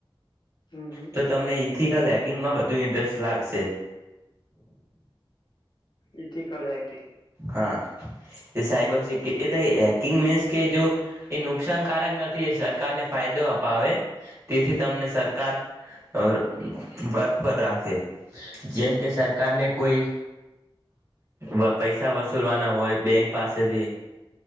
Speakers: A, on the left; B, on the right.
A: હમ હમ
B: તો તમને ઈથીકલ. કિંગમાં વધુ ઇન્ન્ટરેસ્ટ લાગશે.
A: ઈથી કલ હેકિંગ
B: હા એ સાયબર સિક્યુર હેકિંગ મીન્સ કે જો એ નુકસાનકારક નથી એ સરકારને ફાયદો અપાવે તેથી તમને સરકાર અ વર્ક પર રાખે. જેમ કે સરકાર ને કોઈ વધ પૈસા વસૂલવાના હોય બેંક પાસેથી